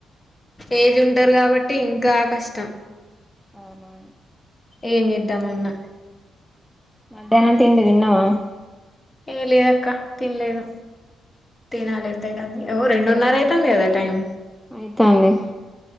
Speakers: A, on the left (about 25°); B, in the centre.
A: ఏజ్ ఉంటారు కాబట్టి ఇంకా కష్టం
B: ఔను
A: ఏం జేద్దామన్న
B: మడ్యానం తిండి దిన్నావ
A: ఏ లేద్ అక్క తిన్ లేదు తినాలి ఇదరమ్ ఓ రొండున్ న్నర అయితుంది కదా టైం
B: అయితన్ ది